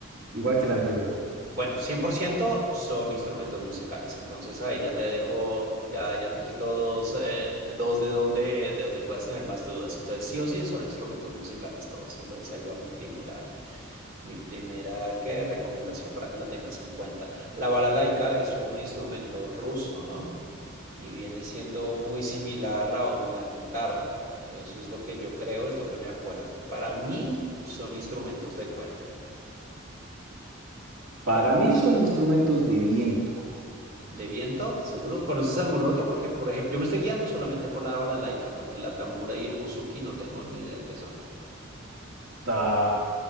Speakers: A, on the right; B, on the right.
A: igual que el anterior.
B: Bueno, 100% son instrumentos musicales, entonces ahí ya te dejo, ya, ya te quito dos, eh, dos de donde, de donde puedas tener más dudas. Entonces, sí o sí son instrumentos musicales todos. Entonces, ahí va mi primera, mi primera, ¿qué? Recomendación para que la tengas en cuenta. La balalaika es un instrumento ruso, ¿no? y viene siendo muy similar a una guitarra. Eso es lo que yo creo, es lo que me acuerdo. Para mí son instrumentos de cuerda.
A: Para mí son instrumentos de viento.
B: De viento, seguro. ¿Conoces alguno otro? Porque, por ejemplo, yo me estoy guiando solamente por la balalaika, porque la tambura y el buzuki no tengo ni idea qué son.
A: Ah,